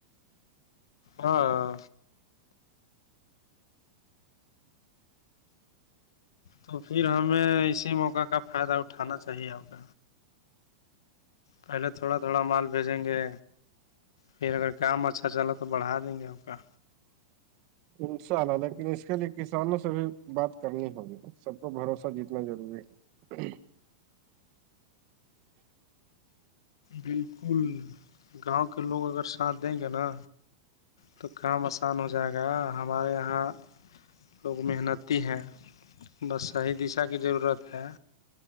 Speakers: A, on the left; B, on the right.
A: ہاں تو پھر ہمیں اسی موقع کا فائدہ اٹھانا چاہیے آگ پہلے تھوڑا تھوڑا مال بھیجیں گے پھر اگر کام اچھا چلا تو بڑھا دیں گے آپ کا
B: انشاءلہ لیکن اس کے لیے کسانوں سے بھی بات کرنی ہوگی سب کو بھروسہ جیتنا ضروری ہے
A: بالکل گاؤں کے لوگ اگر ساتھ دیں گے نا تو کام آسان ہو جائے گا ہمارے یہاں لوگ محنت تی ہیں بس صحیح دشا کی ضرورت ہے